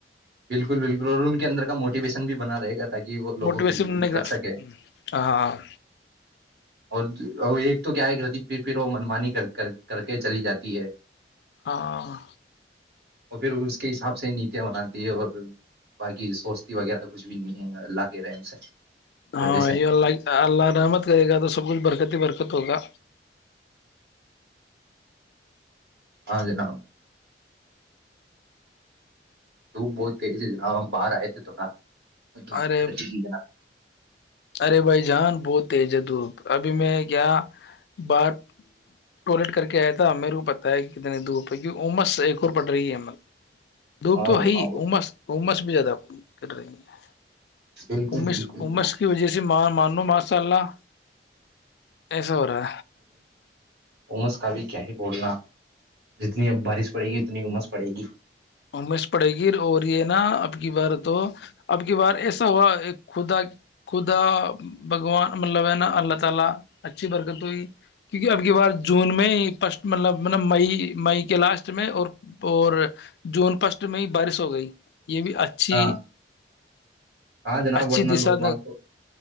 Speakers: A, on the right; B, on the left.
A: بالکل بالکل اور ان کے اندر کا موٹیویشن بھی بنا رہے گا تاکہ وہ لوگوں
B: موٹیویشن
A: کے لیے کچھ
B: بنے گا
A: کر سکے
B: ہاں
A: اور ایک تو کیا ہے کرتی پھر پھر وہ منمانی کر کے چلی جاتی ہے
B: ہاں
A: اور پھر اس کے حساب سے نیتیاں بناتی اور باقی سوستی وغیرہ کچھ بھی نہیں ہے اللہ کے رہے ان سے وجہ
B: ہاں
A: سے
B: یہ اللہ اللہ رحمت کرے گا تو سب کچھ برکت پد پیرک تکا
A: ہاں جناب ت بہت تیج ہے جا باہر آئے تھے تھوڑا اور دکھ
B: ارے
A: پھٹ رہ تھی جناب
B: ارے بھائی جان بہت تیج دپ ابھی میں کیا بات ٹولیٹ کر کے آیا تھا میرے کو پتا ہے کہ کتنے دھوپ کی عمس ایک اور پڑ رہی ہےل دوب
A: ہاں
B: تو
A: جناب
B: ہےئی امس امس میں بھی زیادہ کر رہی ہیں
A: بالکل
B: اش
A: بالکل
B: امس کی وجہ سے مان لو ماشاء اللہ س ہو رہا
A: امس کا بھی کیا ہی بولنا جتنی اب بارش پڑے گی اتنی امس پڑے گی
B: امیش پڑے گی اور یہ نا اب کی بار تو اب کی بار ایسا ہو رہا ہے خدا خدا بھگوان مطلب ہے نا اللہ تعالی اچھی برکت ہوئی کیونکہ اب کی بار جون میں فسٹ مطلب م مئی مئی کے لاسٹ میں اور اور جون فسٹ میں ہی بارش ہو گئی یہ بھی اچھی
A: ہاں ہاں جناب
B: اچھی
A: ورننا
B: دشا
A: لوگ باغ تو